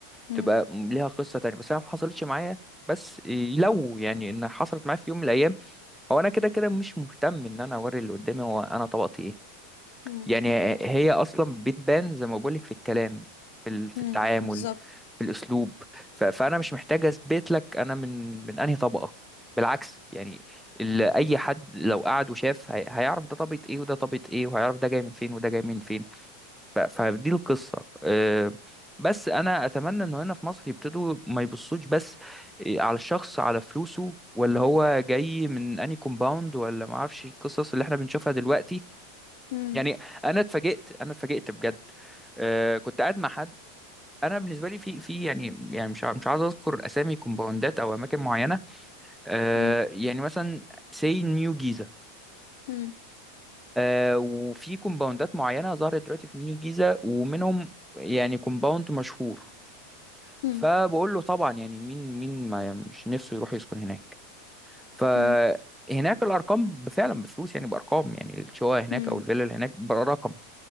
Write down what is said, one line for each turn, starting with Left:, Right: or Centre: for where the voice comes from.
Left: مم.
Centre: تبقى ليها قصة تانية بس انا ما حصلتش معايا بس لو يعني ان حصلت معايا في يوم من الايام هو انا كده كده مش مهتم ان انا اوري اللي قدامي هو انا طبقتي ايه
Left: مم.
Centre: يعني هي اصلا بتبان زي ما بقولك في الكلام في ال- في
Left: مم.
Centre: التعامل
Left: بالظبط
Centre: في الاسلوب ف- فانا مش محتاج اثبت لك انا من من انهي طبقة بالعكس يعني ال- اي حد لو قعد وشاف هي- هيعرف ده طبقة ايه وده طبقة ايه وهيعرف ده جاي من فين وده جاي من فين ف- فدي القصة آه، بس أنا أتمنى إنه هنا في مصر يبتدوا ما يبصوش بس آه، على الشخص على فلوسه ولا هو جاي من أني كومباوند ولا ما أعرفش القصص اللي إحنا بنشوفها دلوقتي
Left: مم.
Centre: يعني أنا اتفاجئت أنا اتفاجئت بجد آه، كنت قاعد مع حد أنا بالنسبة لي في في يعني يعني مش ع- مش عايز أذكر أسامي كومباوندات أو أماكن معينة آه،
Left: مم.
Centre: يعني مثلا سي نيو جيزة
Left: مم.
Centre: آه، وفي كومباوندات معينة ظهرت دلوقتي في نيو جيزة ومنهم يعني كومباوند مشهور
Left: مم.
Centre: فبقول له طبعا يعني مين مين ما مش نفسه يروح يسكن هناك فهناك
Left: مم.
Centre: الارقام فعلا بفلوس يعني بارقام يعني الشقه هناك
Left: مم.
Centre: او الفيلا اللي هناك برقم